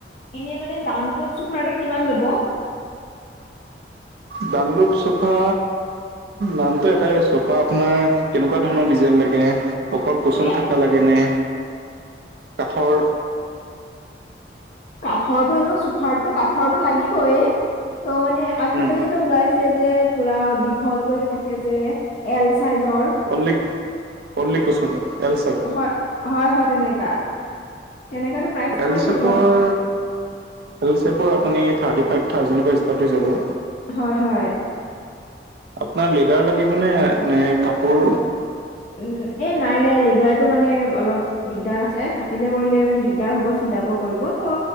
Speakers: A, on the left (about 40°); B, on the right (about 60°).
A: এনেই মানে দামলোভ চোফাৰ এটাত কিমান ল'ব
B: দানলুক চোফা নামটো এটাই চোফা আপোনাৰ কেনেকুৱা ধৰণৰ ডিজাইন লা গে অকল কচুন
A: এ
B: থকা লাগে নে কাঠৰ
A: কাঠৰটো এনো চোফাৰটো কাঠৰটো লাগিবয় ত' মানে আজিকালি
B: উম,
A: ওলাইছে যে পুৰা দীঘলকৈ যে থাকে যে এল চাইজৰ
B: অললিক অনলি কুচন এল চাইজ
A: হয় হয় হয় তেনেকা তেনেকাতো প্ৰাইচ কিমান
B: এলচোপৰ
A: পৰিব আপোনাৰ
B: এলিচেপৰ আপুনি থাৰ্টি ফাইভ থাউজেণ্ডৰ পৰা ইষ্টাত হৈ যাব
A: হয় হয়
B: আপোনাৰ লেডাৰ লাগিব নে নে কাপোৰ
A: উম এ নাই নাই লিডাৰটো মানে অলপ দিগদাৰ আছে ফাটিলে কৰিলে মানে দিগদাৰ হব চিলাব কৰিব ত'